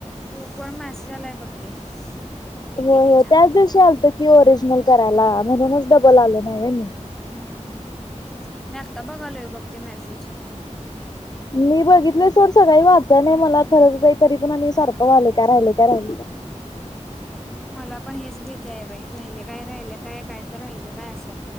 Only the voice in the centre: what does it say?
ग्रुप वर मेसेज आलाय बघ ते, डीकेटीच्या
हं... तेच मी आत्ता बघालोय बघ ते मेसेज.
मला पण हेच भीती आहे बाई, राहिले काय, राहिले काय, काय तर राहिलं काय असं.